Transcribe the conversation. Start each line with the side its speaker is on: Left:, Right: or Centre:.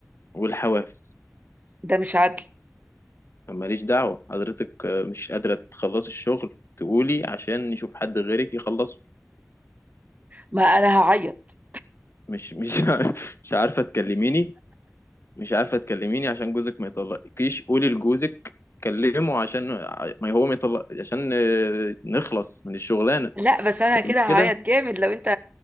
Left: والحوافز
Right: ده مش عدل
Left: ماليش دعوه حضرتك آه، مش قادره تخلصي الشغل تقولي عشان نشوف حد غيرك يخلصه
Right: ما انا هعيط
Left: مش مش <laughs> مش عارفه تكلميني مش عارفة تكلميني عشان جوزك ما يطلقكيش قولي لجوزك كلمه عشان ما هو ما يطلق عشان آه، نخلص من الشغلانة
Right: لا بس انا
Left: لكن
Right: كده هعيط
Left: كده
Right: جامد لو انت